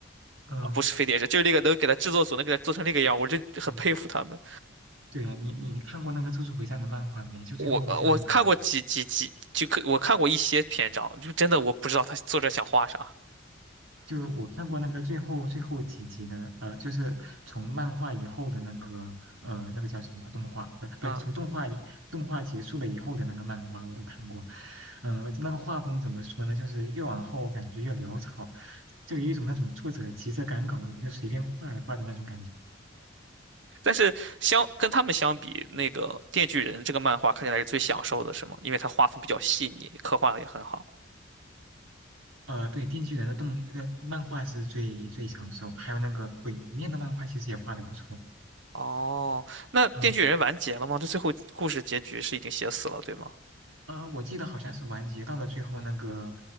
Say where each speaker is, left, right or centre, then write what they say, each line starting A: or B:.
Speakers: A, on the right; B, on the right.
A: 嗯
B: 不是飞碟社，就是那个能给他制作组能给他做成那个样，我就很佩服他们。
A: 嗯，对啊，你你你看过那个《咒术回战》的漫画没？就最后最后那个。
B: 我呃我看过几几几，就可我看过一些篇章，就真的我不知道他作者想画啥。
A: 就我看过那个最后最后几集的，呃，就是从漫画以后的那个，呃，那个叫什么动画，不，不，
B: 嗯
A: 从动画以动画结束了以后的那个漫画我都看过，嗯、那个画风怎么说呢？就是越往后我感觉越潦草，就有一种那种作者急着赶稿就随便画一画的那种感觉。
B: 但是相跟他们相比，那个《电锯人》这个漫画看起来是最享受的，是吗？因为它画风比较细腻，刻画的也很好。
A: 呃，对，《电锯人》的动，呃，漫画是最最抢手，还有那个《鬼面》的漫画其实也画的不错，
B: 哦，那《电锯人》完结了吗？
A: 嗯。
B: 这最后故事结局是已经写死了，对吗？
A: 呃，我记得好像是完结到了最后，那个